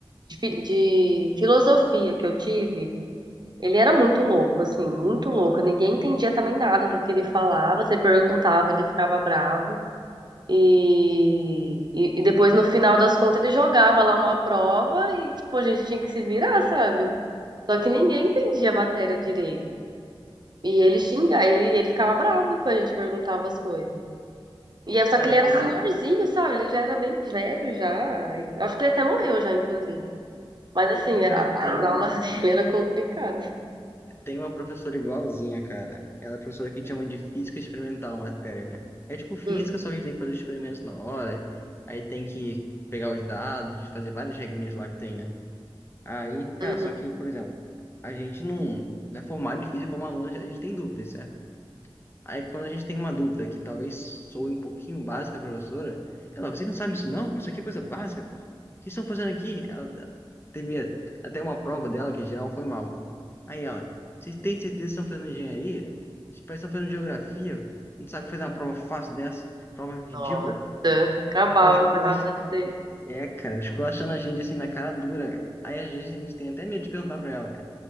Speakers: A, on the right; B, on the left.
A: de fi- de filosofia que eu tive Ele era muito louco, assim, muito louco. Ninguém entendia também nada do que ele falava. Você perguntava, ele ficava bravo. E, e, e depois, no final das contas, ele jogava lá uma prova e, tipo, a gente tinha que se virar, sabe? Só que ninguém entendia a matéria direito. E ele xingava, ele, ele ficava bravo quando a gente perguntava as coisas. E é só
B: Cara,
A: que ele
B: eu
A: era
B: tenho,
A: senhorzinho, sabe? Ele já era bem velho já. Eu acho que ele até morreu já, inclusive. Mas assim,
B: cara,
A: a-
B: eu tenho
A: as aulas <laughs> dele eram complicadas.
B: Tem uma professora igualzinha, cara. Ela é professora que a gente chama de física experimental, a matéria, né? É tipo física,
A: Hum,
B: só que a gente tem que fazer os experimentos na hora. Aí tem que pegar os dados, fazer várias regrinhas lá que tem, né? Aí, cara,
A: uhum.
B: só que, por exemplo, a gente não, não é formado em física como aluno, a gente tem dúvidas, certo? Aí quando a gente tem uma dúvida que talvez soe um pouquinho básica pra professora, ela, você não sabe isso não? Isso aqui é coisa básica, pô. O que estão fazendo aqui? Ela ela teve até uma prova dela que em geral foi mal. Aí ela, vocês têm certeza que estão fazendo engenharia? Vocês parecem que estão fazendo geografia? Não sabe fazer uma prova fácil dessa? Prova ridícula.
A: Nossa, acabava
B: Ela esculacha-
A: com a raça dele.
B: É, cara, ela esculachando a gente assim na cara dura, cara. Aí a gente, a gente tem até medo de perguntar pra ela, cara.